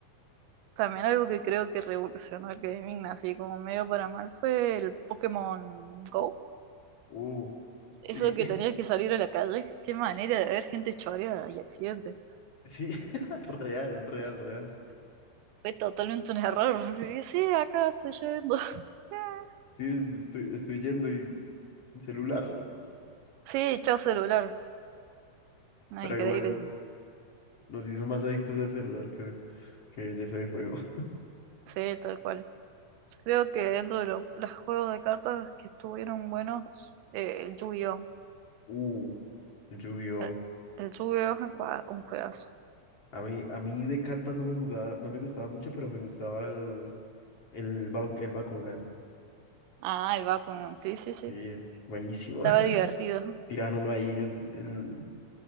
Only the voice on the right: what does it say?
También algo que creo que revolucionó el gaming, así como medio para mal, fue el Pokémon Go.
Eso que
tenías que salir a la calle, qué manera de haber gente choreada y accidentes.
Fue totalmente un error. Y sí, acá estoy yendo. <laughs>
Sí, chao celular. No,
increíble.
Sí, tal cual. Creo que dentro de lo- los juegos de cartas que estuvieron buenos, eh, el Yu-Gi-Oh!
El, el Yu-Gi-Oh! es un jua- un juegazo.
Ah, el Bakugan, sí, sí, sí.
Estaba
divertido.